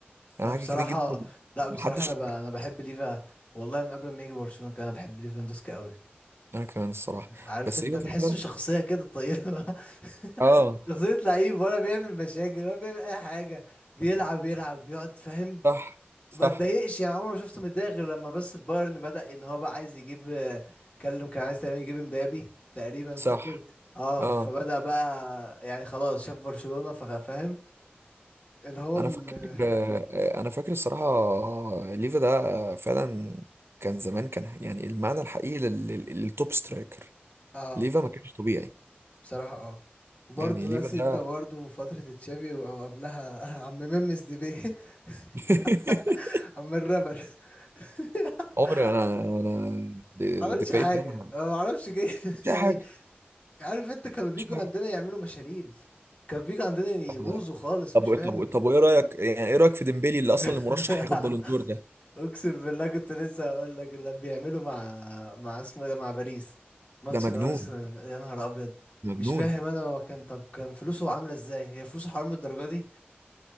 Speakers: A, on the right; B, on the left.
A: يعني
B: ما
A: عمل
B: بصراحة
A: حاجات كتير جدا
B: لا بصراحة
A: محدش
B: انا ب... انا بحب ليفا والله من قبل ما يجي برشلونة كان انا بحب ليفاندوسكي قوي
A: انا كمان الصراحة
B: عارف
A: بس
B: انت
A: ايوه
B: تحسه
A: فعلا
B: شخصية كده طيبة <laughs>
A: اه
B: شخصية لعيب ولا بيعمل مشاكل ولا بيعمل أي حاجة بيلعب يلعب بيقعد فاهم
A: صح صح
B: ما اتضايقش يعني عمري ما شفته متضايق غير لما بس البايرن بدأ إن هو بقى عايز يجيب كلم كان عايز تقريبا يجيب امبابي تقريبا
A: صح
B: فاكر اه
A: اه
B: فبدأ بقى يعني خلاص شاف برشلونة ففاهم اللي هو
A: انا
B: م-
A: فاكر آه، انا فاكر الصراحة آه، ليفا ده فعلا كان زمان كان يعني المعنى الحقيقي لل- لل- للتوب سترايكر
B: اه
A: ليفا ما كانش طبيعي
B: بصراحة اه وبرضه
A: يعني ليفا
B: ناسي
A: ده
B: انت برضه فترة تشافي و- او قبلها <laughs> عم ممس ديبي
A: <laughs>
B: <laughs> عم الرابر <laughs>
A: عمري انا انا أنا دي
B: ما عملش
A: دي باي
B: حاجة
A: ده أنا-
B: ما اعرفش جاي <laughs>
A: مش أي
B: يعني
A: حاجة
B: عارف انت كانوا بيجوا
A: مش أي
B: عندنا
A: حاجة
B: يعملوا مشاليل كانوا بيجوا عندنا يبوظوا
A: طب
B: خالص
A: طب
B: مش فاهم
A: طب وايه رأيك يعني ايه رأيك في ديمبلي اللي اصلا
B: <laughs>
A: المرشح هياخد بالون دور ده
B: اقسم بالله كنت لسه هقول لك اللي بيعملوا مع مع اسمه ايه ده مع باريس ماتش
A: ده مجنون
B: الارسنال يا نهار ابيض
A: مجنون
B: مش فاهم انا هو كان طب كان فلوسه عامله ازاي هي فلوسه حرام للدرجه دي